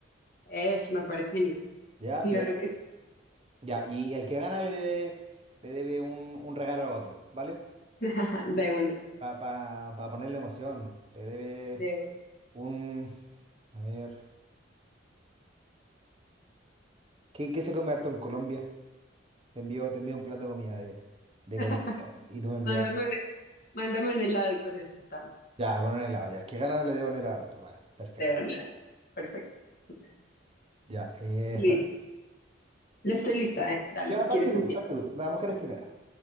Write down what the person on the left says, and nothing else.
Eso me parece genial.
Claro
que sí.
<laughs> De una,
de una.
<laughs>
Mándame un, mándame un helado y con eso estamos.
De una, de una. Perfecto, súper.
Listo.
Ya estoy lista, ¿eh? Dale,
si
quieres
empiezo.